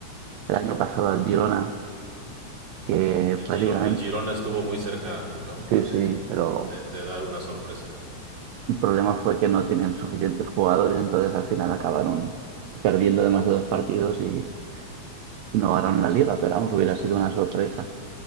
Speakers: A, on the right; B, on the right.
A: el año pasado al Girona, que
B: El
A: prácticamente,
B: Giro, el Girona estuvo muy cerca, ¿no?
A: sí,
B: Ah, De,
A: sí, pero
B: de- de dar una sorpresa.
A: el problema fue que no tienen suficientes jugadores, entonces al final acabaron perdiendo demasiados partidos y, y no ganaron la liga, pero vamos, hubiera sido una sorpresa.